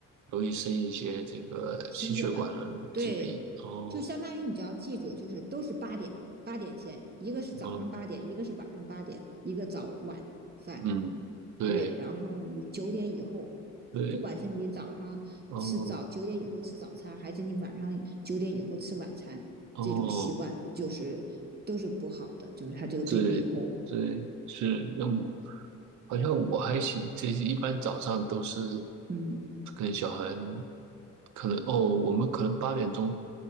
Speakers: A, on the right; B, on the right.
A: 容易生一些这个心血管疾病。
B: 心血管对，
A: 哦
B: 就相当于你就要记住，就是都是八点八点前，一个是早上八点，
A: 哦，
B: 一个是晚上八点，一个早晚饭。
A: 嗯，对
B: 对，然后你九点以后，
A: 对，
B: 不管是你早上吃早九点以后吃早餐，
A: 哦
B: 还是你晚上九点以后吃晚餐，
A: 哦。
B: 这种习惯就是都是不好的，就是它这个对比以后，
A: 对对，是，那我好像我还行，这一般早上都是
B: 嗯
A: 跟小孩，可能哦，我们可能八点钟